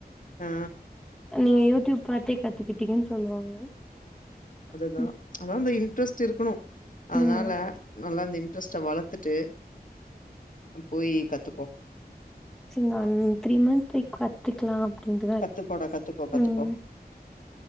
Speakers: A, on the left (about 50°); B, in the centre.
A: ஆ
B: நீங்க யூ ட்யீப் பாத்தே கத்துக்கிட்டங்கன் சொல்லுவாங்க ம்
A: தா அதா அந்த இன் ட்ரெஸ்ட் இருக்கணு அதனால
B: ம்
A: நல்லா இந்த இன்ட்ரெஸ்ட்ட வளத்துட்டு போயி கத்துக்கோ
B: சி அந் த்ரீ மந்த் பேய் கத்துக்கலா அப்டின்ட்டுதா
A: கத்துக்கோடா கத்துக்கோ
B: இருக்கு
A: கத்துக்கோ
B: ம்